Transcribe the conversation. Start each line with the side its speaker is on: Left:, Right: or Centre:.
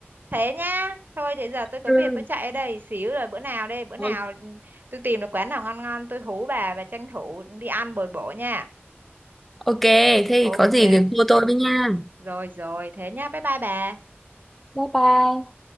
Right: thế nhá thôi thì giờ
Centre: <laughs>
Right: tôi có việc tôi chạy ở đây xíu rồi bữa nào đây bữa nào
Centre: Ừ.
Right: tôi tìm được quán nào ngon ngon tôi hú bà và tranh thủ đi ăn bồi bổ nha
Centre: ok thế thì
Right: ok
Centre: có gì thì cô tôi với nha
Right: rồi rồi thế nhá bye bye bà
Centre: Bye bye.